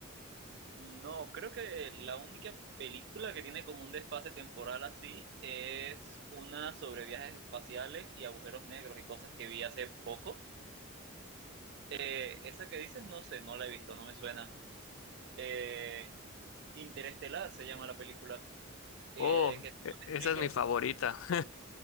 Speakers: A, on the right; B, on the left.
A: No, creo que la única película que tiene como un desfase temporal así es una sobre viajes espaciales y agujeros negros y cosas que vi hace poco. Eh, esa que dices, no sé, no la he visto, no me suena. Eh, Interestelar se llama la película. Eh,
B: Oh,
A: que te
B: e- esa
A: explico.
B: es mi favorita. <laughs>